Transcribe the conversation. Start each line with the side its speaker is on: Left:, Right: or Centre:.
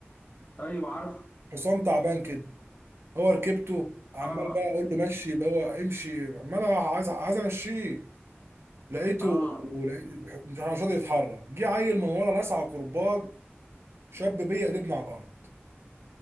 Left: ايوه عارف
Right: حصان تعبان كده هو ركبته عمال
Left: اه
Right: بقى اقول له مشي اللي هو امشي عمال عايز عايز امشيه لقيته
Left: اه
Right: لقيت- مش عارف- مش راضي يتحرك جه عيل من ورا لسعه كرباج شاب بيا قلبنا على الارض